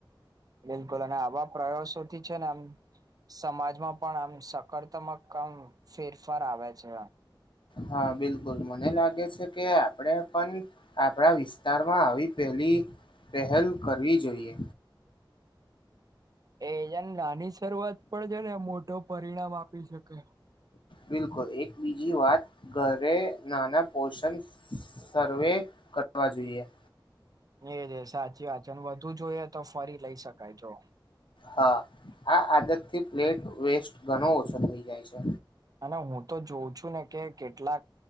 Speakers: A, on the right (about 45°); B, on the left (about 70°).
A: બિલકુલ અને આવા પ્રયાસોથી છે ને આમ સમાજમાં પણ આમ સ કર તમક મ ફેરફાર આવે છે.
B: હા બિલકુલ મને લાગે છે કે આપડે પણ આપણા વિસ્તારમાં આવી પહેલી પહેલ કરવી જોઈએ.
A: એજને નાની શરૂઆત પર છે ને મોટો પરિણામ આપી શકે.
B: બિલકુલ એક બીજી વાત ઘરે નાના પોષણ સર્વે કરવા જોઈએ.
A: એજ સાચી વાત છે અને વધુ જોઈએ તો ફરી લઈ શકાય જો.
B: હા આ આદતથી પ્લેટ વેસ્ટ ઘણો ઓછો થઈ જાય છે
A: અને હું તો જોઉં છું ને કે કેટલાક